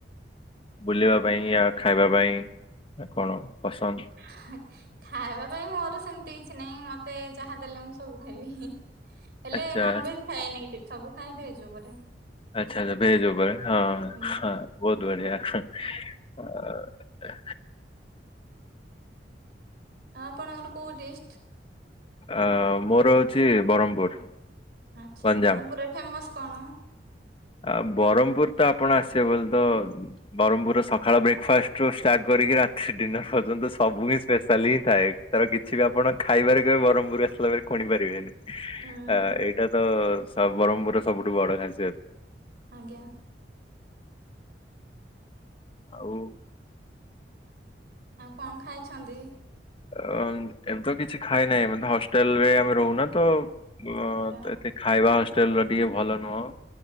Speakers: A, on the left; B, on the right.
A: ବୁଲିବା ପାଇଁ ଖାଇବା ପାଇଁ।
B: ହ।। ଖାଇବା ପାଇଁ ମୋର ସେମିତି କିଛି ନାହିଁ। ମତେ ଯାହା ଦେଲେ ମୁଁ ସବୁ ଖାଇବି। ହେଲେ
A: ଆଚ୍ଛା
B: ନନ୍ ଭେଜ୍ ଖାଏନି। ସବୁ ଖାଏ ଭେଜ୍ ଉପରେ।
A: ଆଚ୍ଛା ଆଛା। ଭେଜ୍ ଉପରେ ହଁ,
B: ଆଜ୍ଞା।
A: ହଁ ବହୁତ ବଢିଆ। ହ।
B: ହଁ। ଆପଣ ଙ୍କର କୋଉ ଡିଷ୍ଟ୍।
A: ଆ ମୋର ହୋଉଚି ବ୍ରହ୍ମପୁର।
B: ଆଚ୍ଛା।
A: ଗଞ୍ଜାମ।
B: ବ୍ରହ୍ମପୁରରେ ଫେମସ୍ କଣ?
A: ଆ ବ୍ରହ୍ମପୁର ତ ଆପଣ ଆସିବେ ବୋଲି ତ ବ୍ରହ୍ମପୁର ର ସକାଳ ବ୍ରେକଫାଷ୍ଟରୁ ଷ୍ଟାର୍ଟ କରିକି ରାତିରେ ଡିନର ପର୍ଯ୍ୟନ୍ତ ସବୁ ହିଁ ସ୍ପେସ ଚାଲି ହିଁ ଥାଏ ତାର କିଛି ବି ଆପଣ ଖାଇବାରେ କେବେ ବ୍ରହ୍ମପୁର ଆସିଲା ପରେ ଖୁଣି ପାରିବେନି।
B: ଉଁ
A: ଆ ଏଇଟା ତ ସବ୍ ବ୍ରହ୍ମପୁରରେ ସବୁଠୁ ବଡ ହାସିୟତ।
B: ଆଜ୍ଞା।
A: ଆଉ
B: ଆଉ କଣ ଖାଇଛନ୍ତି?
A: ଅ ଏବେ ତ କିଛି ଖାଇ ନାହିଁ। ମୁଁ ତ ହଷ୍ଟେଲରେ ଆମେ ରହୁନା ତ ଏ
B: ଆଚ୍ଛା
A: <unintelligible> ଖାଇବା ହଷ୍ଟେଲ୍ ର ଟିକେ ଭଲ ନୁହଁ।